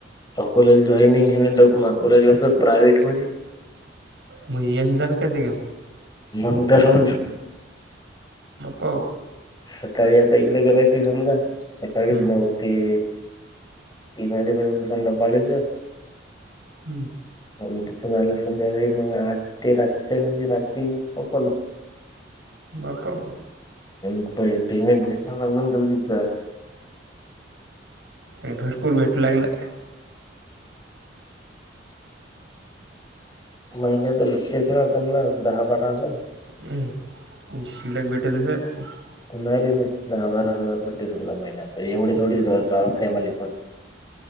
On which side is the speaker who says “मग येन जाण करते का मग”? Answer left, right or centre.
Right